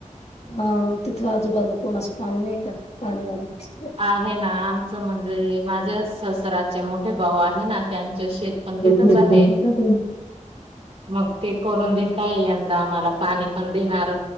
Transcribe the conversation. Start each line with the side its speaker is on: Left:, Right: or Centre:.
Left: हा तिथं आजूबाजूला कोणा असं पाणी नाही का पाणीवाला
Right: आहे ना आमचं म्हणजे माझ्या शसराचे मोठे भाऊ आहे ना. त्यांचं शेतपण तिथंच
Left: असं
Right: आहे. मग ते करून देता ये यंदा आम्हाला पाणी पण देणार.